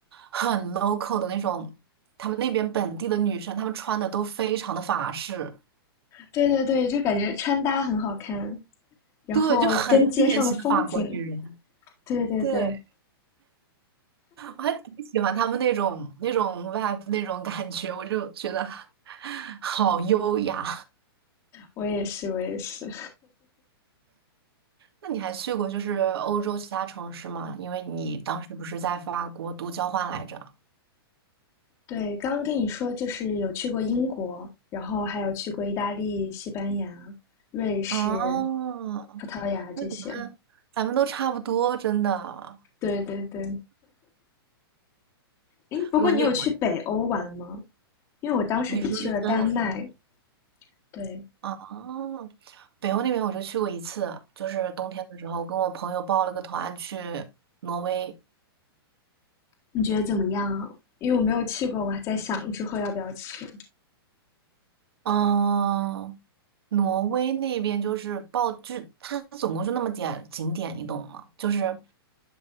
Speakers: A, on the right (about 75°); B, on the left (about 25°).
A: 很 local 的那种，他们那边本地的女生，她们穿的都非常的法式，
B: 对对对，就感觉穿搭很好看，然后跟街上的风景。
A: 对，就很典型的法国女人。
B: 对对对，
A: 对。我还挺喜欢他们那种那种 vibe 那种感觉，我就觉得 <laughs> 好优雅。
B: 我也是，我也是。
A: 那你还去过就是欧洲其他城市吗？因为你当时不是在法国读交换来着？
B: 对，刚刚跟你说就是有去过英国，然后还有去过意大利、西班牙、瑞士、
A: 哦，
B: 葡萄牙这些。
A: 那咱们咱们都差不多，真的。
B: 对对对，诶，不过你有去北欧玩吗？
A: 如果你我
B: 因为我当时只去了丹麦，
A: 你说是芬兰那
B: 对，
A: 哦，北欧那边我就去过一次，就是冬天的时候跟我朋友报了个团去挪威。
B: 你觉得怎么样啊？因为我没有去过，我还在想之后要不要去。
A: 嗯，挪威那边就是报，就是它总共就那么点景点，你懂吗？就是，